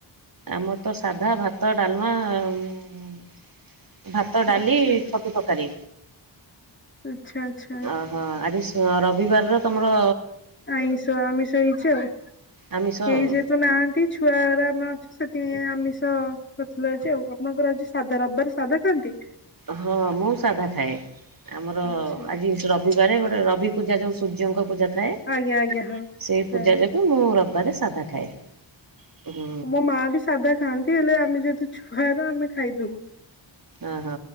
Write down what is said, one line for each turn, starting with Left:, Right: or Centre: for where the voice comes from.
Right: ଆମର ତ ସାଧା ଭାତ ଡାଲମା ଆଉ ଭାତ ଡାଲି
Left: ଆଛା
Right: ଛତୁ ତରକାରୀ
Left: ଆଚ୍ଛା ଆଚ୍ଛା
Right: ଅ ହଁ ଆଜି ସ ରବିବାରର ତମର
Left: ଆଇଁଷ ଆମିଷ ହେଇଛି ଆଉ
Right: ଆମିଷ
Left: କେହି
Right: ଆଉ
Left: ଯେହେତୁ ନାହାନ୍ତି ଛୁଆରା ଆମେ ଅଛୁ ସେଠି ଆମିଷ କରିଥିଲୁ ଆଜି ଆପଣଙ୍କ ଘରେ ସାଧା ରବିବାର ସାଧା ଖାଆନ୍ତି।
Right: ହଁ ମୁଁ ସାଧା ଖାଏ ଆମର
Left: ଆଚ୍ଛା
Right: ଆଜିି ର ରବିବାରେ ଗୋଟେ ରବି ପୂଜା ଯୋଉ ସୂର୍ଯ୍ୟଙ୍କ ପୂଜାଥାଏ
Left: ଆଜ୍ଞା ଆଜ୍ଞା ହଁ
Right: ସେଇ
Left: ଜାଣିଲି।
Right: ପୂଜା ଯୋଗୁଁ ମୁଁ ରବିବାରେ ସାଧା ଖାଏ। ହୁଁ
Left: ମୋ ମା ବି ସାଧା ଖାଆନ୍ତି ହେଲେ ଆମେ ଯେହେତୁ ଛୁଆରା ଆମେ ଖାଇଦଉ।
Right: ଓହୋ